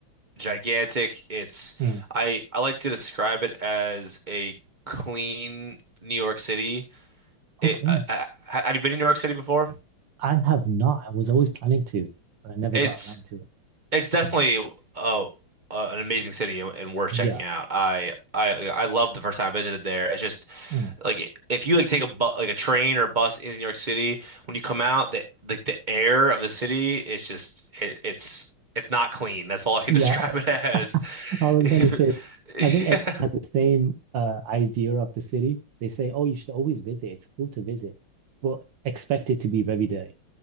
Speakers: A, on the right (about 25°); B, on the right (about 65°).
A: gigantic. It's
B: mm.
A: I I like to describe it as a clean New York City. It,
B: Okay.
A: uh, uh, have you been in New York City before?
B: I have not. I was always planning to, but I never
A: It's
B: got around to it.
A: It's definitely uh, uh, an amazing city and, and worth
B: Yeah.
A: checking out. I I I loved the first time I visited there. It's just
B: Mm.
A: like if you like take a bu like a train or a bus in New York City, when you come out, the like the air of the city is just it, it's it's not clean. That's all I can
B: Yeah.
A: <laughs> describe it as.
B: <laughs> I was
A: <laughs>
B: gonna say,
A: <laughs>
B: I think everyone has the same uh, idea of the city. They say, oh, you should always visit. It's cool to visit, but expect it to be very dirty.